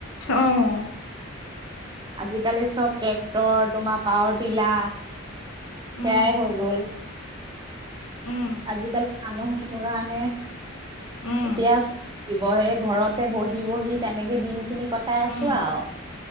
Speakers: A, on the left; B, on the right.
A: অ'।
B: আজিকালি চব ট্ৰেক্টৰ তোমাৰ পাৱাৰটিলাৰ, সেয়াই
A: উম
B: হৈ গ'ল।
A: উম।
B: আজিকালি মানুহ সেইটো কাৰণে,
A: উম
B: এতিয়া শিৱহে ঘৰতে বহি, বহি তেনেকে দিন খিনি কটাই
A: উম
B: আছো আৰু।